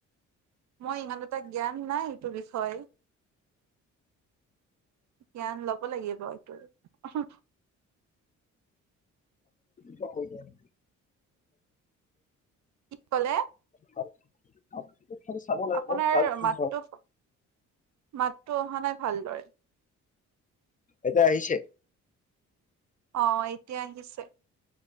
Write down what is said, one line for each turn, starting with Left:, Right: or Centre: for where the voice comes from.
Right: মই ইমান এটা জ্ঞান নাই এইটো বিষয়ে জ্ঞান লব হ'ব লাগিব এইটো উম হো
Left: চব হৈ যায়
Right: কি কলে?
Left: হয় অ <unintelligible> লাগে
Right: আপোনাৰ
Left: বহুত ভাল খেল
Right: মাতটো মাতটো অহা নাই ভালদৰে।
Left: এতিয়া আহিছে।
Right: অ এতিয়া আহিছে।